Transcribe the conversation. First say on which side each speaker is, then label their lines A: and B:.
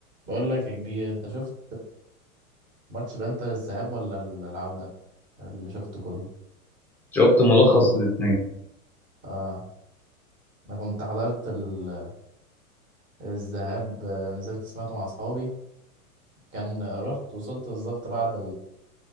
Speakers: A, on the right; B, in the centre.
A: بقول لك يا كبير انت شفت ماتش الانتر الذهاب ولا ال- العودة اللي شفته كله
B: شفت ملخص الاثنين
A: اه انا كنت حضرت ال- الذهاب آه، نزلت سمعته مع اصحابي كان آه، رحت وصلت بالظبط بعد